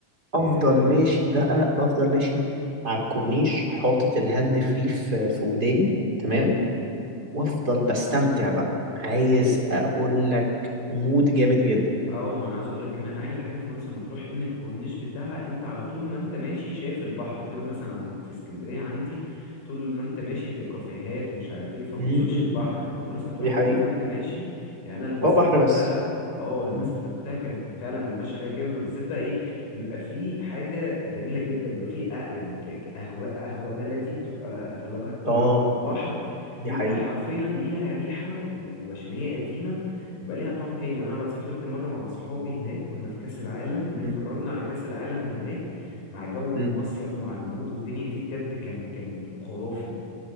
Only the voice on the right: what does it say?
افضل
ماشي بقى بفضل ماشي على الكورنيش حاطط الهاند فري في في وداني تمام
وافضل بستمتع بقى عايز
اقول لك مود جامد جدا
م-
م-
م.
دي
حقيقة
اه
بحر بس
م.
اه
دي
حقيقة
م-
م.